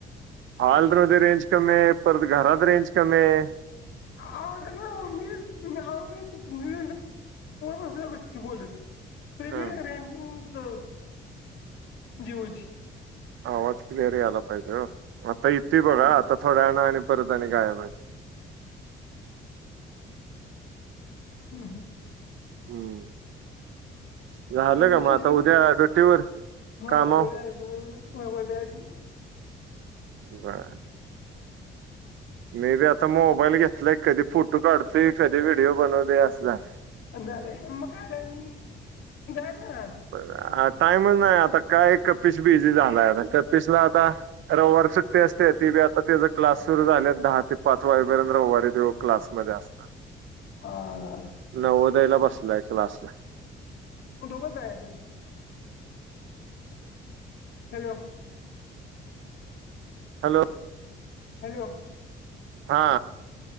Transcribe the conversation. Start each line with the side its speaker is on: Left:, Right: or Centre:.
Right: हॉल मध्ये रेंज कमी हाय, परत घरात रेंज कमी हाय
Left: आवो अस नाई ओ आवो मी मी बसलोय बोलत प्रिबेयर
Right: हम्म
Left: रेंज द जीओची.
Right: आवाज क्लिअर यायला पाहिजे हो, आता येतोय बघा
Left: हा
Right: आता थोड्यावेळाने आणि परत आणि गायब हाय
Left: हम्म हम्म.
Right: हम्म झालं
Left: येवशीच
Right: मग आता
Left: का
Right: उद्या ड्युटीवर
Left: म
Right: कामावर
Left: ब <unintelligible>
Right: बर. मे बी आता मोबाईल घेतलाय, कधी फोटो काढतोय, कधी व्हिडीओ बनवतोय, असं झालय.
Left: झालं मग काला म जायच ना.
Right: टाइमच नाही आता काय कपीस बीझी झालाय आता, कपीसला आता. रविवार सुट्टी असते, ती बी आता त्याचा क्लास सुरू झाले, दहा ते पाच वाजेपर्यंत रविवारी तो क्लासमध्ये असतो.
Left: <inaudible> हा
Right: नवद्ययला बसलाय क्लासला.
Left: दोघंच आहे सर, हॅलो.
Right: हॅलो.
Left: हॅलो.
Right: हा.